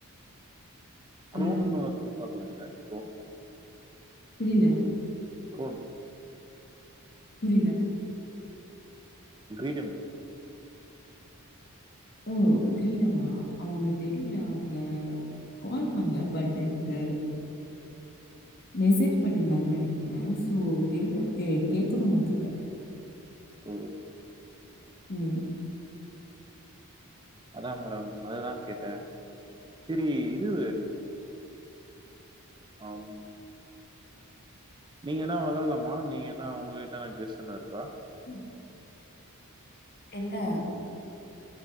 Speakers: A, on the right; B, on the left.
A: குரோனுன்னு
B: ஆ
A: ஒருத்தர் இருப்பாங்கல்லங்க குரோன்
B: புரியல,
A: குரோன்
B: புரியில
A: கிரீடம்
B: ஓ கிரீடமா அவுங்க தெரியல அவுங்க கால் பண்ல பட் எனக்கு மெசேஜ் பண்ணிருந்தாங்கன்னு நெனைக்கிற சோ தெரியல கே கேக்கணு அவுங்கக்கிட்ட
A: ம்
B: ம்
A: அதா மேடம் அததா கேட்ட செரி இது ஆம் நீங்கன்னா வெளாலாமா நீங்க என்ன உங்கக்கிட்டன கெஸ் எதா இருக்கா
B: ம் என்ன